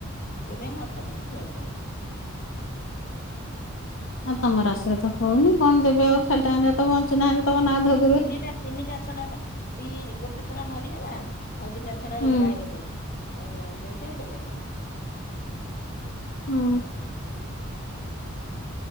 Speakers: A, on the left; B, on the left.
A: ସେଇଥିପାଇଁ ମତେ କିଛି ଦିଅନ୍ତିନୀ।
B: ଆଉ ତମ ରାଶିରେ ତ ହଉନି କଣ ଦେବେ ଆଉ ଖାଲି ଟା ହେଲେ ବଞ୍ଚୁ ନାଆନ୍ତି ତମ ନାଁ ଧ
A: ତିନିଟା ତିନିଟା ଛଡା ବା ଦି ଗୋଟେ ଛଡା ମରିଗଲା। ଆଉ ଦିଟା ଛଡା
B: ହୁଁ
A: ରୋଗା ହେଇଗଲେ ଏ ଯେମିତି ଦେଲେନି।
B: ହୁଁ।